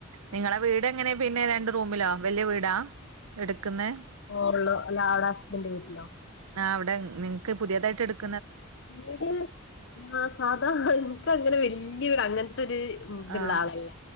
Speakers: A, on the right (about 80°); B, on the left (about 55°).
A: നിങ്ങളെ വീട് എങ്ങനെ പിന്നെ രണ്ട് റൂമിലോ വല്യ വീടാ എടുക്കുന്നേ
B: ഓറിലോ അല്ല അവിടെ ഹസ്ബന്റെ വീട്ടിലോ
A: ആ അവിടെ നിങ്ങക്ക് പുതിയതായിട്ട് എടുത
B: വീട് ആ സാധാണ എനക്ക് അങ്ങനെത്തെ വല്യ അങ്ങനത്തെരു ഉദലല്ല
A: ആഹ്